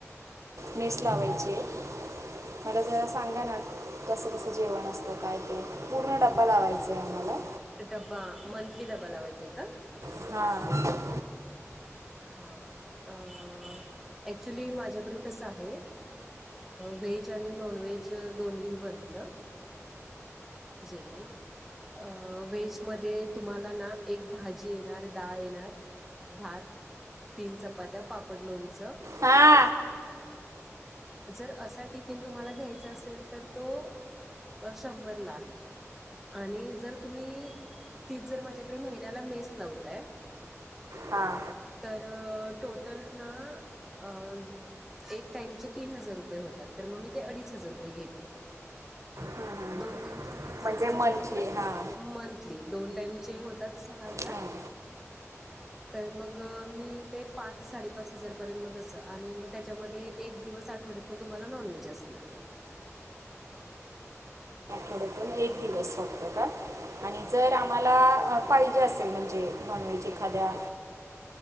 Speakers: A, on the right (about 75°); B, in the centre.
A: मेस लावायची आहे. मला जरा सांगा ना. कसं कसं जेवण असतं काय काय पूर्ण ड्पा लावायचंय आम्हाला
B: डब्बा मंथली ड्बा लावायचाय का
A: हा
B: हा अ ऍक्च्युली माझ्याकडे कसं आहे. व्हेज आणि नॉन व्हेज दोन्ही बनतं. जेवण अ व्ेहेजमध्ये तुम्हाला ना एक भाजी येणार डाळ येणार. भात तीन चपात्या पापड लोणचं.
A: हा.
B: जर असा टिफिन तुम्हाला घ्यायचा असेल तर तो शंभरला आहे आणि जर तुम्ही? तीच जर माझ्याकडे महिन्याला मेस लावताय.
A: हां
B: तर टोटल ना अ. एक टाइम चे तीन हजार रुपये होतात तर मग मी ते अडीच हजार रुपये घेते.
A: हां
B: दोन टामचे होतात
A: म्हणजे
B: सहा हजार
A: मंथली
B: रुपये
A: हां
B: मंथ दोन टाइमचे होतात सहा हजार.
A: हां
B: तर मग मी ते पाच साडेपाच हजार आणि मग त्याच्यामध्ये एक दिवस आठवड्यातन तुम्हाला नॉन व्हेज असणार.
A: थोडतण एक दिवस होतो का? आणि जर आम्हाला पाहिजे असेल म्हणजे नॉन व्हेजी खाद्या.